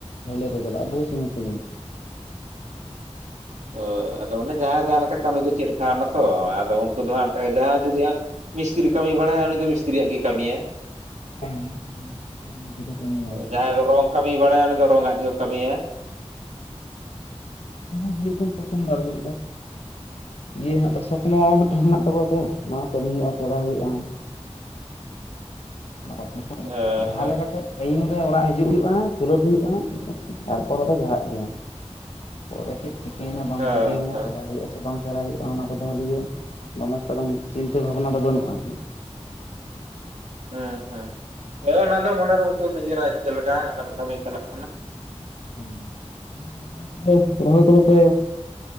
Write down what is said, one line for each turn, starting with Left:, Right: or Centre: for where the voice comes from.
Left: ᱵᱷᱟᱹᱞᱟᱹᱭ ᱠᱚ ᱪᱟᱞᱟᱜᱼᱟ ᱵᱚᱦᱩ ᱥᱟᱺᱜᱤᱧ ᱥᱟᱺᱜᱤᱧ
Right: ᱦᱳᱭ ᱟᱫᱚ ᱚᱱᱮ ᱡᱟᱦᱟᱸᱭ ᱡᱟᱦᱟᱸᱮ ᱞᱮᱠᱟ ᱠᱟᱹᱢᱤ ᱠᱚ ᱪᱮᱫᱠᱟᱣᱱᱟ ᱛᱚ ᱟᱫᱚ ᱩᱱᱠᱩ ᱫᱚ ᱦᱟᱸᱜ ᱚᱱᱠᱟ ᱡᱟᱦᱟᱸᱭ ᱡᱩᱫᱤ ᱦᱟᱸᱜ ᱢᱤᱥᱛᱤᱨᱤ ᱠᱟᱹᱢᱤ ᱵᱟᱲᱟᱭᱟ ᱩᱱᱤ ᱫᱚ ᱢᱤᱥᱛᱤᱨᱤᱭᱟᱜ ᱜᱮᱭ ᱠᱟᱹᱢᱤᱭᱟ
Left: ᱦᱮᱸ ᱚᱠᱟ ᱢᱚᱫᱽᱫᱷᱮ ᱨᱮ ᱠᱟᱹᱢᱤᱭᱟ ᱟᱨᱠᱤ
Right: ᱡᱟᱦᱟᱸᱭ ᱫᱚ ᱨᱚᱝ ᱠᱟᱹᱢᱤᱭ ᱵᱟᱲᱟᱭᱟ ᱩᱱᱤ ᱫᱚ ᱨᱚᱝ ᱟᱜ ᱜᱮᱭ ᱠᱟᱹᱢᱤᱭᱟ
Left: ᱦᱮᱸ ᱡᱮᱨᱚᱠᱚᱢ ᱯᱚᱪᱷᱚᱱᱫᱚ ᱟᱨᱠᱤ ᱡᱤᱭᱟᱹ ᱦᱮᱱᱟᱜ ᱛᱚ ᱥᱚᱯᱱᱚ ᱢᱤᱴ ᱦᱮᱱᱟᱜ ᱛᱟᱠᱚᱣᱟ ᱱᱚᱣᱟ ᱠᱟᱹᱢᱤ ᱦᱩᱭᱩᱜᱼᱟ ᱠᱚᱨᱟᱣ ᱦᱩᱭᱩᱜᱼᱟ <inaudible>
Right: ᱮ
Left: ᱡᱟᱦᱟᱸ ᱞᱮᱠᱟ ᱠᱟᱛᱮ ᱴᱟᱭᱤᱢ ᱨᱮ ᱚᱲᱟᱜ ᱦᱤᱡᱩᱜ ᱦᱩᱭᱩᱜᱼᱟ ᱠᱷᱮᱞᱳᱰ ᱦᱩᱭᱩᱜᱼᱟ ᱛᱟᱨᱯᱚᱨᱮ ᱫᱚ ᱡᱟᱦᱟᱜ ᱜᱮ ᱯᱚᱨᱮ ᱪᱮᱫ ᱪᱤᱠᱟᱹᱭᱮᱱᱟ ᱵᱟᱝ
Right: ᱦᱳᱭ
Left: ᱪᱤᱠᱟᱹᱭᱮᱱᱟ
Right: ᱦᱳᱭ
Left: ᱥᱮᱬᱟᱭ ᱦᱩᱭᱩᱜᱼᱟ ᱥᱮ ᱵᱟᱝ ᱥᱮᱬᱟᱭ ᱦᱩᱭᱩᱜᱼᱟ ᱚᱱᱟ ᱠᱚᱫᱚ ᱞᱤᱭᱮ ᱫᱚᱢᱮ <unintelligible> ᱪᱤᱱᱛᱟᱹ ᱵᱷᱟᱵᱱᱟ ᱫᱚ ᱵᱟᱹᱱᱩᱜᱼᱟ ᱟᱨᱠᱤ
Right: ᱦᱮᱸ ᱦᱮᱸ ᱦᱳᱭ ᱚᱱᱟ ᱫᱚ ᱢᱚᱱᱮᱨ ᱢᱚᱛᱚ ᱱᱤᱡᱮᱨᱟᱜ ᱪᱮᱫ ᱞᱮᱠᱟ ᱚᱱᱟ ᱫᱚ ᱠᱟᱹᱢᱤ ᱪᱟᱞᱟᱜ ᱠᱟᱱᱟ
Left: <unintelligible> ᱨᱚᱦᱚᱭ ᱠᱚᱫᱚ ᱯᱮ